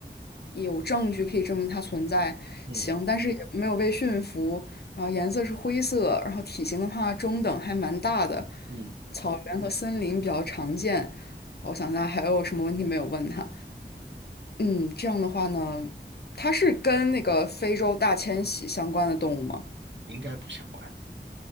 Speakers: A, on the left; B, on the right.
A: 有证据可以证明它存在，
B: 嗯
A: 行，但是也没有被驯服，然后颜色是灰色，然后体型的话中等，还蛮大的，
B: 嗯。
A: 草原和森林比较常见。我想大家还有什么问题没有问他？嗯，这样的话呢，它是跟那个非洲大迁徙相关的动物吗？
B: 应该不相关。